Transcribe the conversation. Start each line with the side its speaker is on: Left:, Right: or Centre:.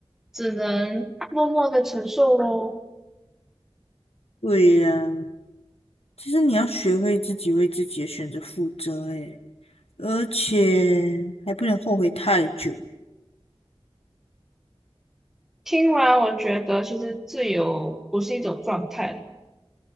Centre: 只能默默的承受咯。
Left: 对呀，其实你要学会自己为自己的选择负责，诶，而且还不能后悔太久。
Centre: 听完，我觉得其实自由不是一种状态，